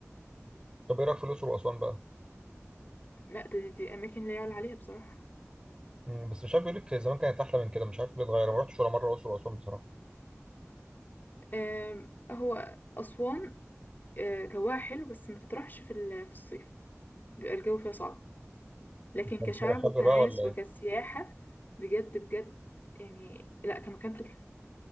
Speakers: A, on the right; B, on the left.
A: طب ايه رايك في الاقصر واسوان بقى
B: لا دي, دي أماكن لا يعلى عليها بصراحة
A: م. بس مش عارف بيقول لك زمان كانت احلى من كده مش عارف ليه اتغير أنا ما رحتش ولا مره الاقصر واسوان بصراحه
B: آم، هو أسوان آه، جواها حلو بس ما تطرحش في ال- في الصيف بيبقى الجو فيها صعب لكن
A: انت مسافر
B: كشعب
A: حر
B: وكناس
A: بقى ولا ايه
B: وكسياحة بجد بجد يعني لا كمكان تحفة